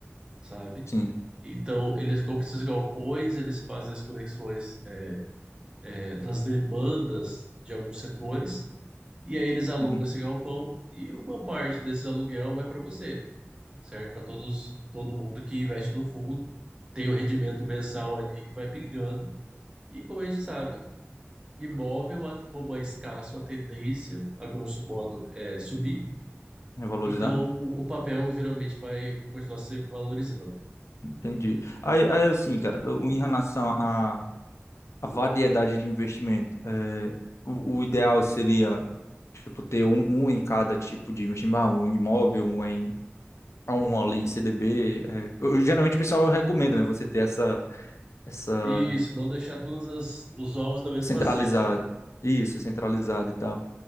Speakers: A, on the right; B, on the left.
A: sabe?
B: sim.
A: Então, eles compram esses galpões, eles fazem as conexões é, das demandas de alguns setores, e aí eles alugam
B: Uhum.
A: esse galpão e uma parte desse aluguel vai para você, certo? Para todos, todo mundo que investe no fundo, tem o rendimento mensal ali que vai pingando, e como a gente sabe, imóvel, a- como é escasso, a tendência, a grosso modo, é subir,
B: Revalorizar,
A: então
B: né?
A: o papel geralmente vai continuar sempre valorizando.
B: Entendi. Aí, aí, assim, cara, eu- em relação à à variedade de investimento, é, o, o ideal seria, tipo, ter um, um em cada tipo de investimento, ah, um imóvel, um em, ah, um ali em CDB. é. Eu- eu- geralmente o pessoal recomenda, né, você ter essa, essa
A: Isso, não deixar todos os ovos na mesma
B: centralizada.
A: cesta.
B: Isso, centralizado e tal.